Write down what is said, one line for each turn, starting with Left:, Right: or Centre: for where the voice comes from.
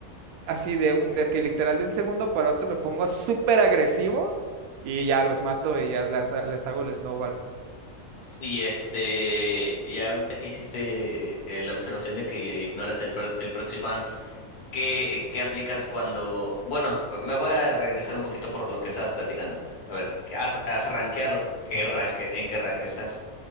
Right: así de un, de que literal de un segundo para otro me pongo súper agresivo y ya los mato y ya les, les hago el snowball.
Left: Y este, ya ahorita que hiciste eh, la observación de que ignoras el, fro- el proxy farm, ¿qué, eh, qué aplicas cuando... Bueno, me voy a regresar un poquito por lo que estabas platicando. A ver, ¿qué ¿has, has rankeado? ¿Qué ranque, en qué rank estás?